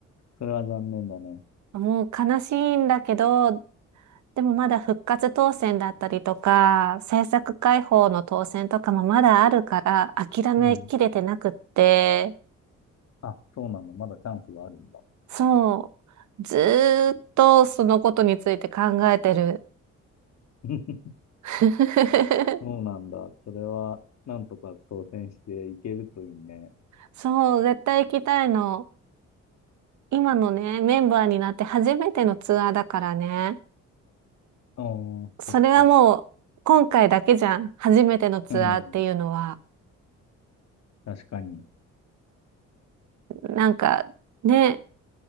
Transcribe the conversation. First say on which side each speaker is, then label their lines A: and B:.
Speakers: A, on the left; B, on the right.
A: それは残念だね。
B: もう悲しいんだけど、でもまだ復活当選だったりとか、制作開放の当選とかもまだあるから諦めきれてなくって、
A: うん。あ、そうなんだ。まだチャンスがあるんだ。
B: そう。ずーっとそのことについて考えてる。
A: <laughs>
B: <laughs>
A: そうなんだ。それは、なんとか当選していけるといいね。
B: そう、絶対行きたいの。今のね、メンバーになって初めてのツアーだからね。
A: ああ、そっか。
B: それはもう、今回だけじゃん。初めてのツアーっていうのは。
A: うん。確かに。
B: なんか、ね、